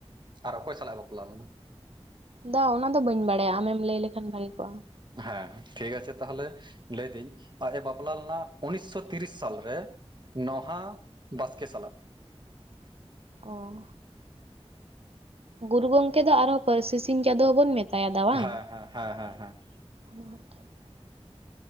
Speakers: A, on the right; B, on the right.
A: ᱟᱨ ᱚᱠᱚᱭ ᱥᱟᱞᱟ- ᱜ ᱮᱸ ᱵᱟᱯᱞᱟ ᱞᱮᱱᱟ?
B: ᱫᱟ ᱚᱱᱟ ᱫᱚ ᱵᱟᱹᱧ ᱵᱟᱰᱟᱭᱟ᱾ ᱟᱢᱮᱢ ᱞᱟᱹᱭ ᱞᱮᱠᱷᱟᱱ ᱵᱷᱽᱟᱹᱜᱤ ᱠᱚᱜᱼᱟ᱾
A: ᱦᱮᱸ ᱴᱷᱤᱠ ᱟᱪᱷᱮ ᱛᱟᱦᱚᱞᱮ ᱞᱟᱹᱭ ᱮᱫᱟᱹᱧ᱾ ᱟᱡ ᱮ ᱵᱟᱯᱞᱟ ᱩᱱᱤᱥ ᱥᱚ ᱛᱤᱨᱤᱥ ᱥᱟᱞ ᱨᱮ, ᱱᱚᱦᱟ ᱵᱟᱥᱠᱮ ᱥᱟᱞᱟᱜ᱾
B: ᱚᱸᱻ ᱜᱩᱨᱩ ᱜᱚᱝᱠᱮ ᱫᱚ ᱟᱨ ᱦᱚᱸ, ᱯᱟᱹᱨᱥᱤ ᱥᱤᱧ ᱪᱟᱸᱫᱚ ᱦᱚᱸ ᱵᱚᱱ ᱢᱮᱛᱟᱭᱟ᱾ ᱫᱟ ᱵᱟᱝ?
A: ᱦᱮᱸ ᱦᱮᱸ, ᱦᱮᱸ, ᱦᱮᱸ, ᱦᱮᱸ᱾
B: <inaudible>